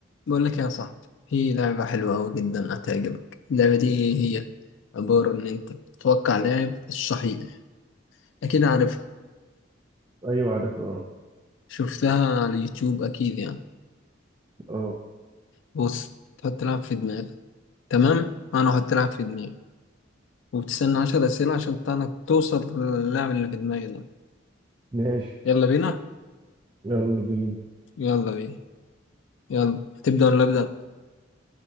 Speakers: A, on the left; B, on the right.
A: بقول لك يا صاحبي في لعبة حلوة أوي جدا هتعجبك اللعبة دي هي عبارة إن أنت تتوقع لاعب الصحيح أكيد عارفها
B: ايوه عارف اه
A: شفتها على اليوتيوب أكيد يعني
B: اه
A: بص تحط لاعب في دماغك تمام أنا أحط لاعب في دماغي وبتستنى عشر أسئلة عشان تعرف توصل للاعب اللي في دماغي ده
B: ماشي
A: يلا بينا
B: يلا بينا
A: يلا بينا يلا هتبدأ ولا أبدأ؟